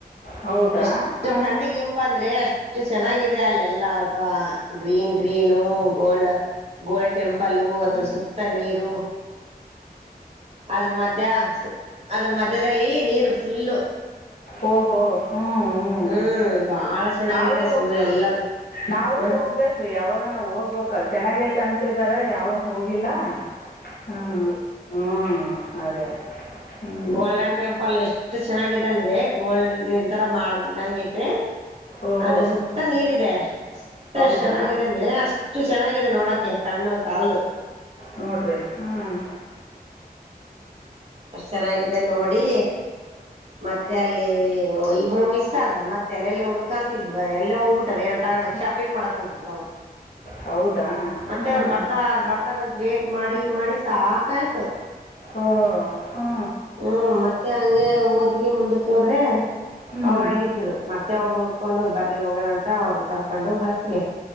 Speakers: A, on the left (about 65°); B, on the right (about 40°).
A: ಹೌದಾ
B: ಎಷ್ಟು
A: ಹಾಂ
B: ಕಣ್ಣಿಗೆ ಇಂಪ ಅಂದ್ರೆ ಅಷ್ಟು. ಇಷ್ಟು ಚೆನ್ನಾಗಿದೆ ಅಲ್ಲ ಎಲ್ಲ ಅತವಾ green green gold. Gold temple ಅದ್ರ ಸುತ್ತ ನೀರು ಅದ್ರ ಮಧ್ಯ ಅದ್ರ ಮಧ್ಯದಲ್ಲಿ ನೀರು ಫುಲ್ಲು
A: ಓ ಹೋ ಹ್ಮ್ ಹ್ಮ
B: ಹ್ಮ್ ಬಾಳ ಚೆನ್ನಾಗೈತೆ
A: ನಾವು
B: ಸುಮ್ನೆ ಎಲ್ಲ
A: ನಾವೂ
B: ಹ್ಮ್
A: ಹೋಗ್ಬೇಕ್ರೀ ಯಾವಾಗ ನಾವು ಹೋಗ್ಬೇಕು ಚೆನ್ನಾಗೈತಿ ಅಂತಿದಾರ ಯಾವಾಗ ಹೋಗಿಲ್ಲ ಹ್ಮ್ ಹ್ಮ್ ಅದೇ ಹ್ಞೂ
B: ಗೋಲ್ಡನ್ ಟೆಂಪಲ್ ಎಷ್ಟು ಚೆನ್ನಾಗಿದೆ ಅಂದ್ರೆ ಗೋಲ್ಡ್ ಇಂತರ ಮಾಡ್ದಿದ್ದಂಗ ಐತೆ
A: ಓಹೋ
B: ಅದು ಸುತ್ತ
A: ಹ್ಮ್.
B: ನೀರ್ ಇದೆ ಸುತ್ತ
A: ಹೌದಾ
B: ಎಷ್ಟ ಚೆನ್ನಾಗಿದೆ ಅಂದ್ರೆ ಅಷ್ಟು ಚೆನ್ನ ಹಿದೆ ನೋಡಕೆ ಕಣ್ಣು ಸಲ್ದು
A: ನೋಡ್ರಿ ಹ್ಮ್
B: ಅಷ್ಟ ಚೆನ್ನಾಗಿದೆ ನೋಡಿ ಮತ್ತೆ ಅಲ್ಲಿ ಇಬ್ರು ಮಿಸ್ ಆದ್ರೆ ಮತ್ತೆ ಅಲ್ಲೆಲ್ಲ ಹುಡ್ಕಂತಿದ್ವಿ ಎಲ್ಲ ಹೋಗ್ಬಿಟಾರ ತಗಕ್
A: ಹ್ಞೂ
B: ಶಾಪಿಂಗ್ ಮಾಡಕ್ ಹೋಗ್ಬಿಟ್ರ ಅವ್ರು
A: ಹೌದಾ
B: ಮತ್ತೆ
A: ಹ್ಞೂ
B: ಅವ್ರು ಬರ್ತಾರ ಬರ್ತಾರಂತ ವೇಟ್ ಮಾಡಿ ಮಾಡಿ ಸಾಕಯ್ತು
A: ಓ ಹ್ಞೂ
B: ಹ್ಮ ಮತ್ತೆ ಹಂಗೆ ಹೋದ್ವಿ ಮುಂದಕ್ಕೆ ಹೋದ್ರೆ
A: ಹ್ಞೂ
B: ಅವ್ರಲ್ಲ ಇದ್ರು ಮತ್ತೆ ಅವ್ನ್ ಹುಡ್ಕೊಂಡು ಬರ್ರಿ ಹೋಗೋಣಂತ ಅವ್ರನ್ನ ಕರ್ಕೊಂಡು ಬಿಸ್ಗ್